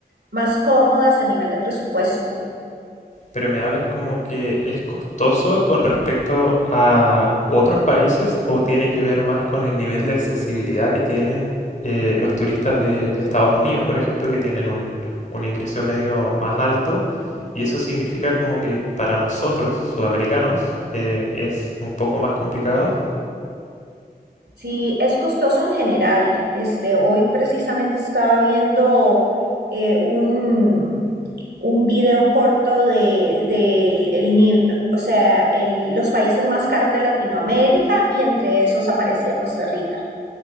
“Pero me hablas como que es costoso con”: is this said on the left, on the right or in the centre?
Left